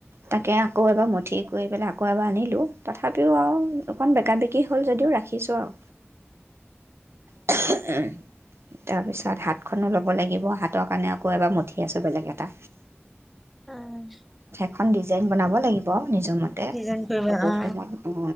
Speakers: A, on the right (about 80°); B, in the centre.
A: তাকে, আকৌ এবাৰ মঠি কৰি পেলাই, আ কৌ এবাৰ আনিলোঁ তথাপিও, আৰু অকণ বেকা-বে কি হ'ল যদিও, ৰাখিছোঁ, আৰু <unintelligible> তাৰ পিছত, হাতখনো ল'ব লাগিব। হাতক কাৰণে আকৌ এবাৰ মঠি আছোঁ, বেলেগ এটা
B: উম।
A: এখন ডিজাইন বনাব লাগিব নিজৰ মতে
B: ডিজাইন কৰিবা
A: ফটো
B: অ
A: ফ্ৰেমত